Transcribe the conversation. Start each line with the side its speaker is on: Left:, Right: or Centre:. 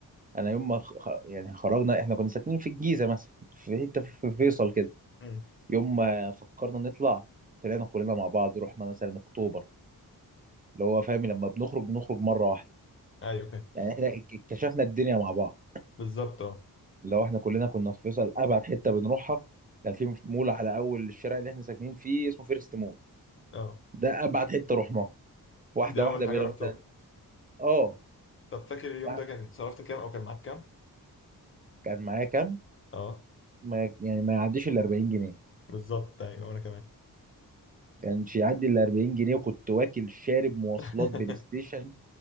Right: انا يوم ما خ... خ- يعني خرجنا احنا كنا ساكنين في الجيزه مثلا في حته في فيصل كده
Left: امم
Right: يوم ما فكرنا نطلع طلعنا كلنا مع بعض رحنا مثلا اكتوبر اللي هو فاهم لما بنخرج بنخرج مره واحده
Left: ايوه فاهم
Right: يعني احنا اكتشفنا الدنيا مع بعض
Left: بالظبط اه
Right: لو احنا كلنا كنا في فيصل ابعد حته بنروحها كان في مول على اول الشارع اللي احنا ساكنين فيه اسمه فيرست مول
Left: اه
Right: ده ابعد حته رحناها واحده
Left: دي اول
Right: واحده
Left: حاجة
Right: بقينا
Left: رحتوها
Right: مثلا اه
Left: طب فاكر اليوم
Right: واحد-
Left: ده كان صرفت كام او كان معاك كام
Right: كان معايا كام
Left: اه
Right: ما يعني ما يعديش ال 40 جنيه
Left: بالظبط ايوه وانا كمان
Right: كانش يعدي ال 40 جنيه وكنت واكل شارب مواصلات
Left: <laughs>
Right: بلاي ستيشن